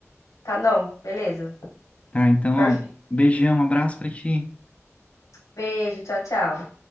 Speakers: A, on the left (about 85°); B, on the left (about 25°).
A: Tá, não. Beleza.
B: Tá, então,
A: Perfeito.
B: ó, um beijão, um abraço pra ti.
A: Beijo, tchau, tchau.